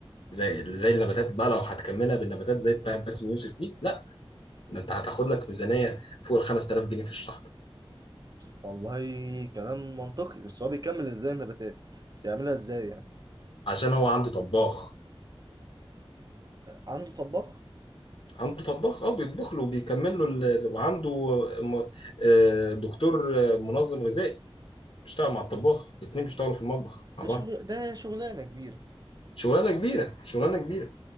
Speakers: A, on the left; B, on the right.
A: زي زي النباتات بقى لو هتكملها بالنباتات زي بتاعت باسم يوسف دي لا ده انت هتاخد لك ميزانية فوق ال 5000 جنيه في الشهر
B: والله كلام منطقي بس هو بيكمل إزاي النباتات؟ بيعملها إزاي يعني؟
A: عشان هو عنده طباخ
B: عنده طباخ
A: عنده طباخ اه بيطبخ له وبيكمل له ال- وعنده م- آه، دكتور آه، منظم غذائي بيشتغل مع الطباخ الاتنين بيشتغلوا في المطبخ مع
B: ده
A: بعض
B: شغل ده شغلانة كبيرة
A: شغلانة كبيرة شغلانة كبيرة